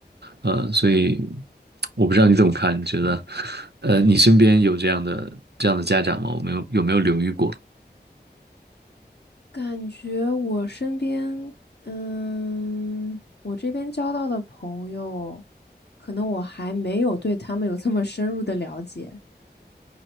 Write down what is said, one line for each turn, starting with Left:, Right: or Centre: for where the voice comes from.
Right: 呃，所以我不知道你怎么看，你觉得，呃，你身边有这样的这样的家长吗？我没有，有没有留意过？
Left: 感觉我身边，嗯，我这边交到的朋友，可能我还没有对他们有这么深入的了解。